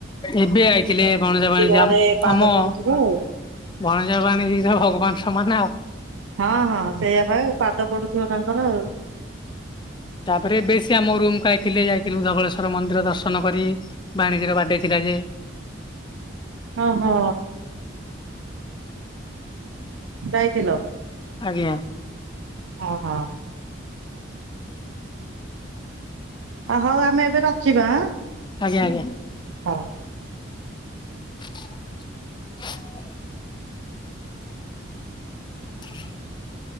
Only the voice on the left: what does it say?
ଏବେ ଆଇଥିଲେ ଭଣଜା, ଭାଣିଜୀ
ଆମ
ଆମ
ଭଣଜା, ଭାଣିଜୀ ତ ଭଗବାନ ସମାନ ଆଉ।
ତାପରେ ଏବେ ଶୀଏ ଆମ ରୁମକୁ ଆଇଥିଲେ ଯାଇଥିଲୁ ଧବଳେଶ୍ୱର ମନ୍ଦିର ଦର୍ଶନ କରି। ଭାଣିଜୀ ର ବାର୍ଥଡେ ଥିଲା।
ଆଜ୍ଞା।
ଆଜ୍ଞା ଆଜ୍ଞା।
<inaudible> <inaudible>